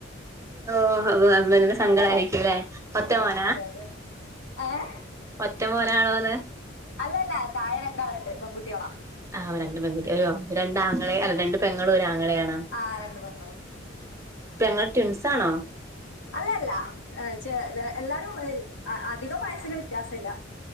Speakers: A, on the right; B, on the left.
A: ഓ ഹസ്ബന്റിന് സങ്കടം ആയിരിക്കൂല്ലേ ഒറ്റെ മോനാ
B: <unintelligible> ഏയെ
A: ഒറ്റ മോനാണോന്ന്?
B: അല്ലല്ല താഴെ രണ്ടാളുണ്ട് പെൺകുട്ടിയാളാ.
A: ആ രണ്ട് പെൺകുട്ടി രണ്ടാങ്ങളെ അല്ല
B: അതെ
A: രണ്ട് പെങ്ങളും ഒരാങ്ങളെയാണോ
B: ആഹ് രണ്ട് പെങ്ങളും
A: പെങ്ങൾ ട്വിൻസ് ആണോ
B: അല്ല അല്ല ചെ എല്ലാരും അധികം വയസിന് വ്യത്യാസയില്ല.